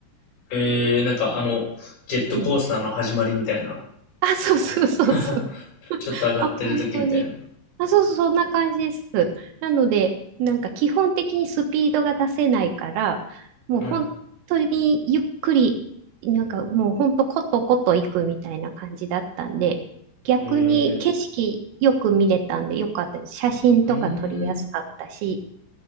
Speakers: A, on the left; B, on the right.
A: い。ええなんかあの、ジェットコースターの始まりみたいな。
B: うんあ、そうそうそうそう。
A: <laughs> ちょっと上がってる時みたいな。
B: あ、本当に。あ、そうそう、そんな感じです。なので、なんか基本的にスピードが出せないから、もう本当にゆっくり、
A: は
B: なんかもう本当コトコト行くみたいな感じだったんで、逆に景色よく見れたんでよかったです。
A: い。ええ
B: 写真とか撮りやすかったし、
A: うーん。